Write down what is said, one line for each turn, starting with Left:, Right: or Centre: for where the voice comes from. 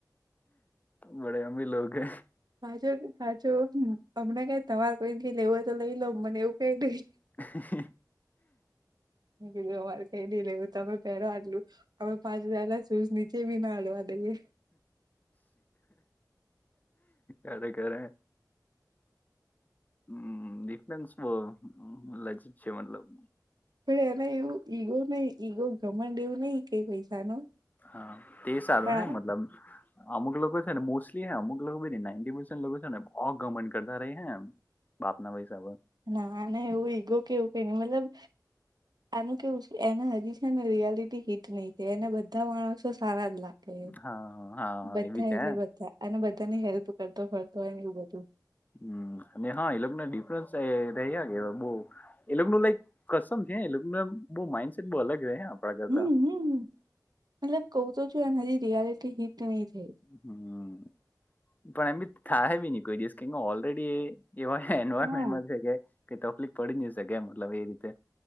Left: બડે અંભી લોકો હ
Right: પાછો પાછો હમણાં કઈ તમાર કોઈથી લેવોય તો લઈ લો મને એવું કઈ નઈ
Left: હ
Right: બીધું અરે કઈ નઈ લેવું તોમે પેલા આટલું અમે પાંચ હજાર ના- શસ નીચે ભી ના અડવા દઈએે
Left: અરે ખરે હમફન્સ બ લજીિત છે મતલબ
Right: પ એના એું ઈગો નઈ ઈગો ગમણડેવું નહ કઈ પૈસા ન
Left: હા તે સારું
Right: પણ
Left: <inaudible> અમુક લોકો છે ને મોસ્ટલી હે અમુક લોકો ભી નાઈ નાઈનટી પરસન લોકો છે ને બવ ઘમન કરતા ર હે બાપના પૈસા પર
Right: ના ના એવું ઈગો કેવું ક ન મતલબ
Left: <inaudible>
Right: આનું કેવું છે એના હજી છેને રિયાલિટી હિટ નહી થ એને બધા માણસો સારા જ લાગે.
Left: હા હા
Right: બધા
Left: એ બી છે
Right: એટલે બધા અને બધાની હેલ્પ કરતો ફરતો હોય ને એવું બધું.
Left: હમ અને હા એ લોકોને ડિફરન્સ એ રહ્યા કે બહ એ લોકો ન લાઈક કસમ છે એ લોકોને બ માઇન્ડસેટ બહ અલગ રહે આપણા કરતા
Right: હમ હમ મતલબ કહું તો છું એને હજી રિયાલિટી હિટ નહી થઈ.
Left: હમ પણ એમ બી થાય બી નહી કોઈ દિવસ કે ઓલરેડી એ એવાય એન્વાયરમેન્ટમાં
Right: હા
Left: છે તકલીફ પડી ન છે મતલબ એ રીતે